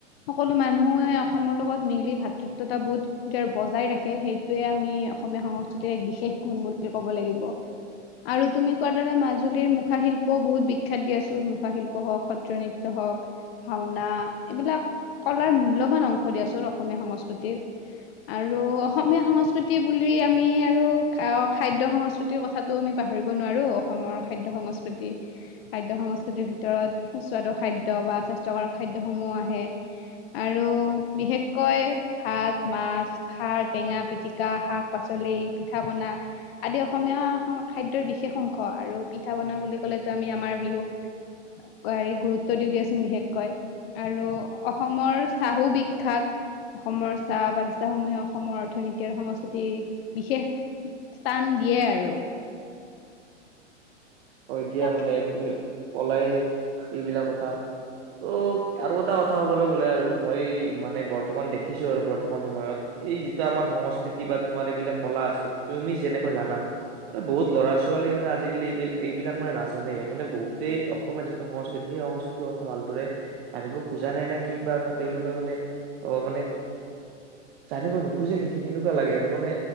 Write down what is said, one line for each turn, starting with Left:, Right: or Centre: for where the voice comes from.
Left: সকলো মানুহে অসমৰ লগত মিলি ভাতৃত্বতাবোধ বজাই ৰাখে। সেই- টোয়ে আমি অসমীয়া সংস্কৃতিৰ এক বিশেষ গুণ বুলি ক'ব লাগিব। আৰু তুমি কোৱাৰ দৰে মাজুলীৰ মুখাশিল্পও বহুত বিখ্যাত দিয়াচোন। মুখাশিল্প হওক, সত্ৰীয়া নৃত্য হওক, ভাওনা, এইবিলাক কলাৰ মূল্যৱান অংশ দিয়াচোন অসমীয়া সংস্কৃতিৰ। আৰু অসম মীয়া সংস্কৃতি বুলি আমি আৰু খা অ' খাদ্য সংস্কৃতিৰ কথাটো আমি পাহৰিব নোৱাৰোঁ, অসমৰ খাদ্য সংস্কৃতি। খাদ্য সংস্কৃতিৰ ভিতৰত সুস্বাদু খাদ্য বা স্বাস্থ্যকাৰক খাদ্যসমূহ আহে। আৰু বিশেষকৈ ভাত, মাছ, খাৰ টেঙা, পিটিকা, শাক-পাচলি, পিঠা-পনা, আদি অসমীয়া শং খাদ্যৰ বিশেষ অংশ। আৰু পিঠা-পনা বুলি ক'লেটো আমি আমাৰ বিহুক হেৰি গুৰুত্ব দিওঁ দিয়াচোন বিশেষ। কৈ, আৰু অসমৰ চাহো বি খ্যাত, অসমৰ চাহ বাগিচাসমূহেও অসমৰ অৰ্থনীতি আৰু সংস্কৃতি বিশেষ স্থান দিয়ে আৰু।
Right: হয় দিয়া
Left: তাকে
Right: মানে তুমিও কলাই এইবিলাক কথা। ত' আৰু এটা কথা ক'বলৈ গ'লে আৰু মই মানে বৰ্তমান দেখিছোঁ আৰু বৰ্তমান সময়ত, এই যিটো আমাৰ সংস্কৃতি বা তোমাৰ এইবিলাক কলা আছে, তুমি যেনেকৈ জানা, আৰু বহুত ল'ৰা-ছোৱালী মানে আজিকালি এইবিল এইবিলাক মানে নাজানে। মানে বহুতেই অসমীয়া যিটো সংস্কৃতি, সেই সংস্কৃতিৰ কথা ভালদৰে জানিব খোজা নাই নে কি বা, বা তেওঁলোকে মানে, অ' মানে, জানিব নোখোঁজে নেকি সেনেকুৱা লাগে। আৰু মানে,